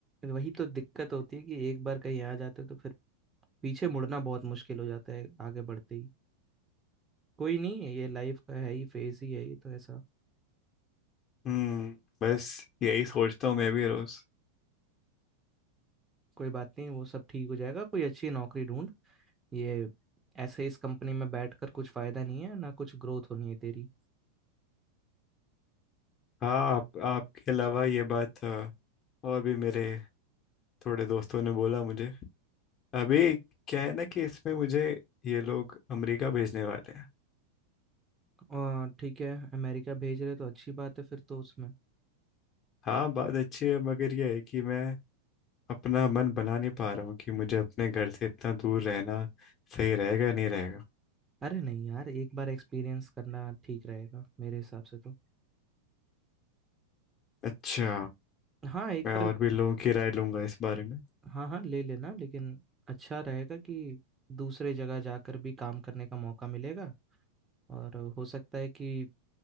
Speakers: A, on the right (about 15°); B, on the left (about 30°).
A: वही तो दिक्कत होती है कि एक बार कहीं आ जाते हो तो फिर पीछे मुड़ना बहुत मुश्किल हो जाता है आगे बढ़ते ही कोई नहीं ये लाइफ का है ही फेज ही है ये तो ऐसा
B: हम्म बस यही सोचता हूँ मैं भी रोज
A: कोई बात नहीं वो सब ठीक हो जाएगा कोई अच्छी नौकरी ढूंढ ये ऐसे इस कंपनी में बैठकर कुछ फायदा नहीं है ना कुछ ग्रोथ होनी है तेरी
B: हाँ आप, आपके अलावा ये बात अ, और भी मेरे थोड़े दोस्तों ने बोला मुझे अभी क्या है ना कि इसमें मुझे ये लोग अमेरिका भेजने वाले हैं
A: और ठीक है अमेरिका भेज रहे तो अच्छी बात है फिर तो उसमें
B: हाँ बात अच्छी है मगर ये है कि मैं अपना मन बना नहीं पा रहा हूँ कि मुझे अपने घर से इतना दूर रहना सही रहेगा नहीं रहेगा
A: अरे नहीं यार एक बार एक्सपीरियंस करना ठीक रहेगा मेरे हिसाब से तो
B: अच्छा
A: हाँ एक
B: मैं और
A: बार
B: भी लोगों की राय लूंगा इस बारे में
A: हाँ हाँ ले लेना लेकिन अच्छा रहेगा कि दूसरे जगह जाकर भी काम करने का मौका मिलेगा और हो सकता है कि